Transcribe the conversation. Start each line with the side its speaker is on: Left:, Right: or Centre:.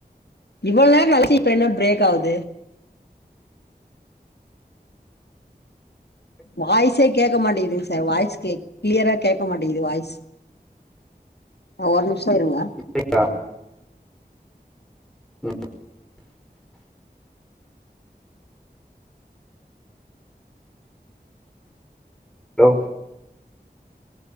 Left: இவ்ள நேரோ கழிச்சு இப்ப என்ன பிரேக் ஆவுது வாய்ஸே கேட்க மாட்டேங்கிதுங்க சார் வாய்ஸ் கேக் கிளியரா கேக்க மாட்டேங்கிது வாய்ஸ் ஆ ஒரு நிமிஷோ இருங்க
Centre: <inaudible> ம் ஹலோ